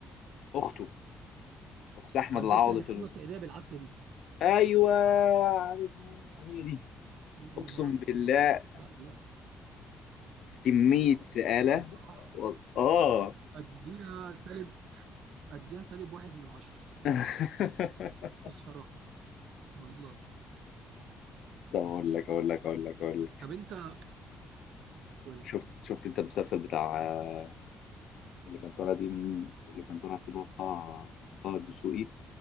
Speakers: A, on the left; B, on the right.
A: أخته اخت احمد
B: اه البت
A: العوضي
B: اللي كانت
A: في
B: عامله
A: المسلسل
B: سعيديه بالعافيه دي
A: ايوه عليك نور هي دي
B: يا
A: اقسم
B: نهار
A: بالله
B: ابيض لا لا
A: كميه
B: فظيعه
A: سآلة
B: بصراحه
A: وال- اه
B: اديها سالب اديها سالب واحد من عشره
A: <laughs>
B: بصراحه والله
A: طب اقول لك اقول لك اقول لك اقول لك
B: طب انت قول
A: شفت
B: لي.
A: شفت انت المسلسل بتاع آه، اللي كان طالع دي من اللي كان طالع فيه الواد طه طه الدسوقي